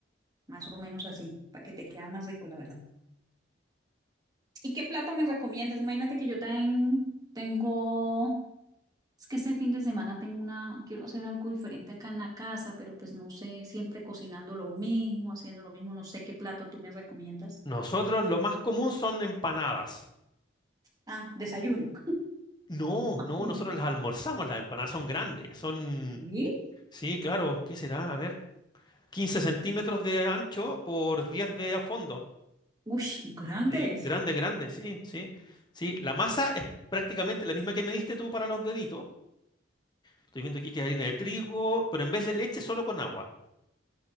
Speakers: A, on the right; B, on the left.
A: más o menos así, para que te quede más rico, la verdad. ¿Y qué plato me recomiendas? Imagínate que yo también tengo, es que este fin de semana tengo una, quiero hacer algo diferente acá en la casa, pero pues no sé, siempre cocinando lo mismo, haciendo lo mismo, no sé qué plato tú me recomiendas.
B: Nosotros lo más común son empanadas.
A: Ah, desayuno.
B: No,
A: <laughs>
B: no, nosotros las almorzamos, las empanadas son grandes, son,
A: ¿Y?
B: sí, claro, ¿qué será? A ver, 15 centímetros de ancho por 10 de a fondo.
A: Uy, grandes.
B: Sí, grande, grande, sí, sí. Sí, la masa es prácticamente la misma que me diste tú para los deditos. Estoy viendo aquí que es harina de trigo, pero en vez de leche solo con agua.